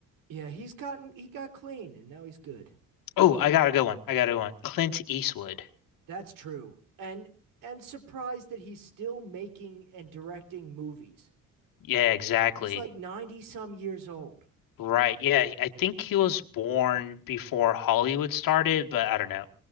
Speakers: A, on the right; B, on the left.
A: Yeah, he's gotten he got clean and now he's good.
B: Oh, I got a good one. I got a good one. Clint Eastwood.
A: That's true. And and surprised that he's still making and directing movies.
B: Yeah, exactly.
A: He's like 90 some years old.
B: Right. Yeah, I think he was born before Hollywood started, but I don't know.